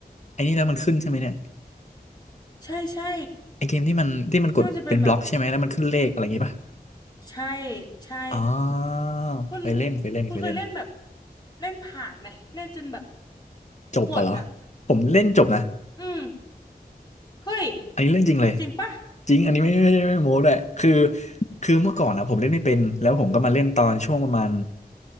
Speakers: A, on the left; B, on the left.
A: ไอันนี้แล้วมันขึ้นใช่ไหมเนี่ย
B: ใช่ใช่
A: ไอเกมที่มันที่มันกดเป็นบล็อกใช่ไหมแล้วมันขึ้นเลขอะไรอย่างงี้ป่ะ
B: ที่มันจะเป็นแบบใช่ใช่
A: อ๋อ
B: คุณ
A: เคยเล่นเคยเล่นเคยเล่น
B: คุณเคยเล่นแบบเล่นผ่านไหมเล่นจนแบบ
A: จบป่ะเหรอ
B: หมดอ่ะ
A: ผมเล่นจบนะ
B: อืมเฮ้ย
A: อันนี้เรื่องจริงเลย
B: จริงปะ
A: จริงอันนี้ไม่ไม่ไม่ไม่โม้ด้วยคือคือเมื่อก่อนนะผมเล่นไม่เป็นแล้วผมก็มาเล่นตอนช่วงประมาณ